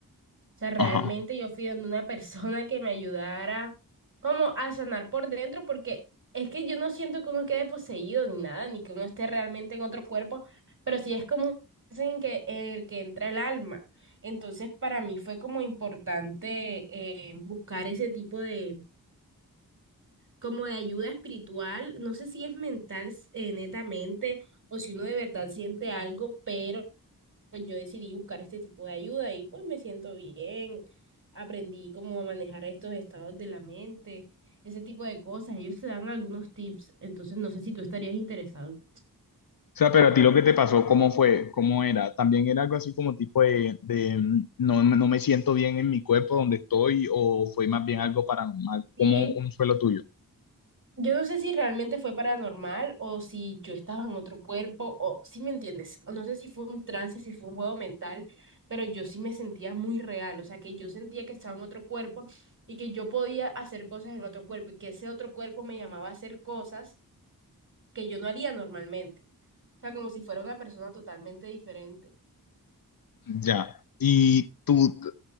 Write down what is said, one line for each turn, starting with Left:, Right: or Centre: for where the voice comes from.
Right: O sea, realmente
Left: Ajá.
Right: yo fui donde una persona que me ayudara como a sanar por dentro, porque es que yo no siento que uno quede poseído ni nada, ni que uno esté realmente en otro cuerpo, pero sí es como un trance en que, en el que entra el alma. Entonces, para mí fue como importante eh, buscar ese tipo de, como de ayuda espiritual. No sé si es mental, eh, netamente, o si uno de verdad siente algo, pero pues yo decidí buscar este tipo de ayuda y pues me siento bien. Aprendí cómo a manejar estos estados de la mente, ese tipo de cosas. Ellos te dan algunos tips, entonces no sé si tú estarías interesado.
Left: O sea, pero a ti lo que te pasó, ¿cómo fue? ¿Cómo era? También era algo así como tipo de, de, mm, no, no me siento bien en mi cuerpo donde estoy o fue más bien algo paranormal.
Right: Sí,
Left: ¿Cómo, cómo fue lo tuyo?
Right: yo no sé si realmente fue paranormal o si yo estaba en otro cuerpo o si me entiendes, o no sé si fue un trance, si fue un juego mental, pero yo sí me sentía muy real, o sea que yo sentía que estaba en otro cuerpo y que yo podía hacer cosas en otro cuerpo y que ese otro cuerpo me llamaba a hacer cosas que yo no haría normalmente. O sea, como si fuera una persona totalmente diferente.
Left: Ya. ¿Y tú t-